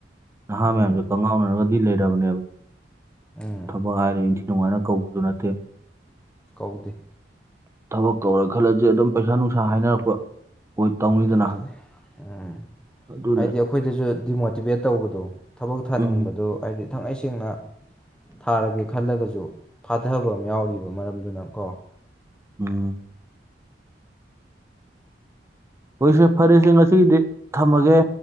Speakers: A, on the right; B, in the centre.
A: ꯅꯍꯥ
B: ꯎꯝ
A: ꯃꯌꯥꯝꯁꯦ ꯀꯪꯉꯥꯎꯅꯔꯒ ꯂꯩꯔꯔꯕꯕꯅꯤ ꯑꯣ
B: ꯎꯝ
A: ꯊꯕꯛ ꯍꯥꯏꯔ ꯑꯗꯨꯃꯥꯏꯅ ꯀꯧꯕꯁꯨ ꯅꯠꯇꯦ
B: ꯀꯧꯗꯦ
A: ꯊꯕꯛ ꯀꯧꯔꯦ ꯈꯜꯂꯁ ꯑꯗꯨꯝ ꯄꯩꯁꯥ ꯅꯨꯡꯁꯥ ꯍꯥꯏꯅꯔꯛꯄ ꯑꯣꯏ ꯇꯧꯅꯤꯗꯅ
B: ꯑꯗꯨꯗꯨꯅꯤ ꯎꯝ
A: ꯑꯗꯨꯅꯦ
B: ꯍꯥꯏꯗꯤ ꯑꯩꯈꯣꯏꯗꯁꯨ ꯗꯤꯃꯣꯇꯤꯚꯦꯠ ꯇꯧꯕꯗꯣ ꯊꯕꯛ ꯊꯥꯅꯤꯡꯕꯗꯨ
A: ꯎꯝ
B: ꯍꯥꯏꯗꯤ ꯏꯊꯪꯏ ꯁꯦꯡꯅ ꯊꯥꯔꯒꯦ ꯈꯜꯂꯒꯁꯨ ꯐꯥꯊꯕ ꯑꯃ ꯌꯥꯎꯔꯤꯕ ꯃꯔꯝꯗꯨꯅ ꯀꯣ
A: ꯑꯝ ꯑꯩꯈꯣꯏꯁꯦ ꯐꯔꯦꯁꯦ ꯉꯁꯤꯒꯤꯗꯤ ꯊꯝꯃꯒꯦ